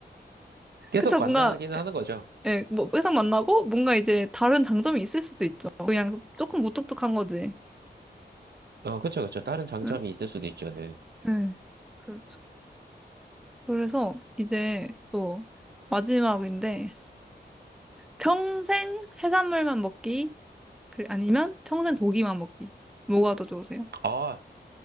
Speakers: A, on the right; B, in the centre.
A: 계속
B: 그쵸.
A: 만나기는
B: 뭔가
A: 하는 거죠.
B: 예, 뭐 회사 만나고 뭔가 이제 다른 장점이 있을 수도 있죠. 그냥 조금 무뚝뚝한 거지.
A: 어, 그쵸, 그쵸. 다른 장점이
B: 응,
A: 있을 수도 있죠, 예.
B: 예, 그렇죠. 그래서 이제 또 마지막인데 평생 해산물만 먹기 그- 아니면 평생 고기만 먹기 뭐가 더 좋으세요?
A: 아,